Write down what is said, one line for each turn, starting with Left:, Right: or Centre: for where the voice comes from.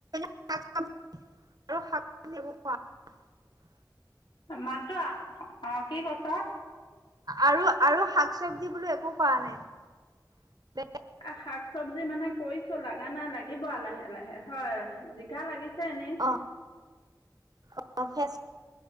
Right: <inaudible> আৰু শাক <unintelligible>
Left: মাত্ৰ আ- অ', কি কৈছে?
Right: আৰু- আৰু শাক - চবজি বোলো একো খোৱা নাই।
Left: এই শাক - চবজি মানে কৰিছোঁ। লাগা নাই, লাগিব লাহে লাহে, হয়। জিকা লাগি ছে এনে?
Right: অ <inaudible>